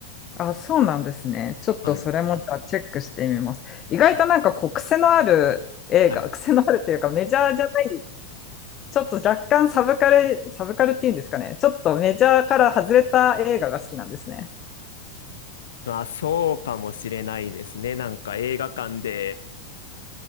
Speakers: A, on the left (about 35°); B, on the left (about 80°).
A: あ、そうなんですね。ちょっとそれもじゃあチェックしてみます。
B: はい。
A: 意外となんかこう、
B: はい。
A: 癖のある映画、
B: はい
A: <laughs> 癖のあるというかメジャーじゃない、ちょっと若干サブカル、サブカルっていうんですかね。ちょっとメジャーから外れた映画が好きなんですね。
B: まあ、そうかもしれないですね。なんか映画館で、